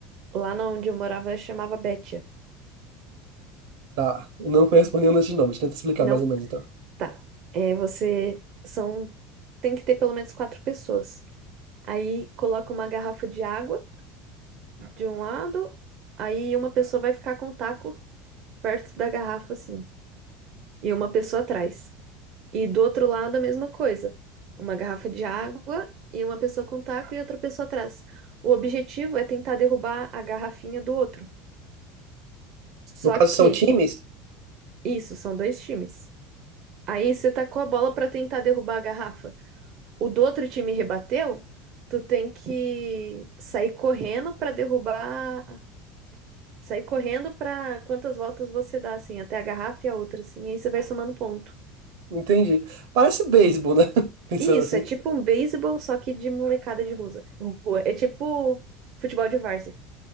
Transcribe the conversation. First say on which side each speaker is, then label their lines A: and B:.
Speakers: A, on the right; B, on the right.
A: lá na onde eu morava chamava Betia.
B: Tá, eu não conheço por nenhum desses nomes, tenta explicar
A: Não,
B: mais ou menos então.
A: tá. É, você são tem que ter pelo menos quatro pessoas. Aí coloca uma garrafa de água de um lado, aí uma pessoa vai ficar com o taco perto da garrafa assim, e uma pessoa atrás. E do outro lado, a mesma coisa. Uma garrafa de água e uma pessoa com taco e outra pessoa atrás. O objetivo é tentar derrubar a garrafinha do outro. Só
B: No caso,
A: que,
B: são times?
A: isso, são dois times. Aí você tacou a bola pra tentar derrubar a garrafa. O do outro time rebateu, tu tem que sair correndo pra derrubar. Sair correndo pra quantas voltas você dá, assim, até a garrafa e a outra, assim. E aí você vai somando ponto.
B: Entendi. Parece beisebol, né? <laughs> Pensando
A: Isso,
B: assim.
A: é tipo um beisebol, só que de molecada de rusa- rua. É tipo futebol de várzea.